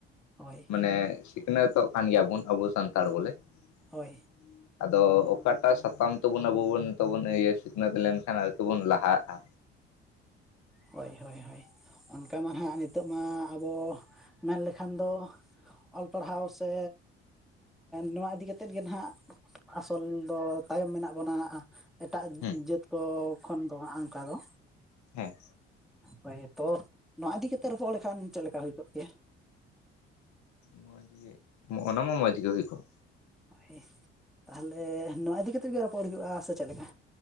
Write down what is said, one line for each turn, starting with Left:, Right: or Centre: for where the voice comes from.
Centre: ᱦᱳᱭ
Left: ᱢᱟᱱᱮ ᱥᱤᱠᱷᱱᱟᱹᱛᱚᱜ ᱠᱟᱱ ᱜᱮᱭᱟᱵᱚᱱ ᱟᱵᱚ ᱥᱟᱱᱛᱟᱲ ᱵᱚᱞᱮ
Centre: ᱦᱳᱭ
Left: <unintelligible> ᱟᱫᱚ ᱚᱠᱟᱴᱟᱜ ᱥᱟᱛᱟᱢ ᱛᱮᱵᱚᱱ ᱟᱵᱚ ᱵᱚᱱ ᱥᱤᱠᱷᱱᱟᱹᱛ ᱞᱮᱱᱠᱷᱟᱱ ᱟᱨᱠᱤ ᱵᱚᱱ ᱞᱟᱦᱟᱜᱼᱟ
Centre: ᱦᱳᱭ ᱦᱳᱭ ᱦᱚᱭ ᱚᱱᱠᱟ ᱢᱟ ᱱᱦᱟᱜ ᱱᱤᱛᱚᱜ ᱢᱟ ᱟᱫᱚ ᱢᱮᱱ ᱞᱮᱠᱷᱟᱱ ᱫᱚ ᱚᱞ ᱯᱟᱲᱦᱟᱣ ᱥᱮ ᱱᱚᱣᱟ ᱤᱫᱤ ᱠᱟᱛᱮᱫ ᱜᱮ ᱱᱦᱟᱜ ᱟᱥᱚᱞ ᱫᱚ ᱛᱟᱭᱚᱢ ᱢᱮᱱᱟᱜ ᱵᱚᱱᱟ ᱮᱴᱟᱜ
Left: ᱦᱮᱸ
Centre: ᱡᱟᱹᱛ ᱠᱚ ᱠᱷᱚᱱ ᱫᱚ ᱦᱟᱜ ᱚᱱᱠᱟ ᱫᱚ
Left: ᱦᱮᱸ
Centre: ᱦᱳᱭ ᱛᱚ ᱱᱚᱣᱟ ᱤᱫᱤ ᱠᱟᱛᱮ ᱨᱚᱯᱚᱲ ᱞᱮᱠᱷᱟᱱ ᱪᱮᱫ ᱞᱮᱠᱟ ᱦᱩᱭ ᱠᱚᱜ ᱠᱮᱭᱟ
Left: ᱢᱚᱡᱽ ᱜᱮ ᱚᱱᱟ ᱢᱟ ᱢᱚᱸᱡᱽ ᱜᱮ ᱦᱩᱭ ᱠᱚᱜ
Centre: ᱦᱳᱭ ᱛᱟᱦᱞᱮ ᱱᱚᱣᱟ ᱤᱫᱤ ᱠᱟᱛᱮᱫ ᱜᱮ ᱨᱚᱯᱚᱲ ᱦᱩᱭᱩᱜᱼᱟ ᱥᱮ ᱪᱮᱫᱽ ᱞᱮᱠᱟ